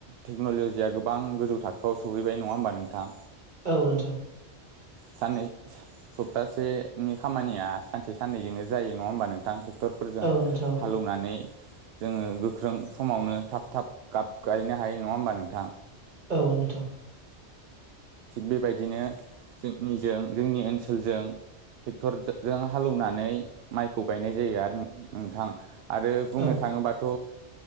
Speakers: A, on the right; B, on the right.
A: टेक्न'ल'जिया गोबां गोजौ थाखोआव सहैबाय नङा होमबा नोंथां।
B: औ नोंथां।
A: साननै सप्तासेनि खामानिया सानसे साननैजोंनो जायो नङा होमबा नोंथां टेक्टरफोरजों
B: औ नोंथां
A: हालौनानै जोङो गोख्रों समावनो थाब थाब गाब गायनो हायो नङा होमबा नोंथां?
B: औ नोंथां।
A: थिग बेबायदिनो जोंनिजों जोंनि ओनसो लजों टेक्टरजो जों हालौनानै माइखौ गायनाय जायो आरो नो-नोंथां आरो बुंनो
B: औ
A: थाङोबाथ'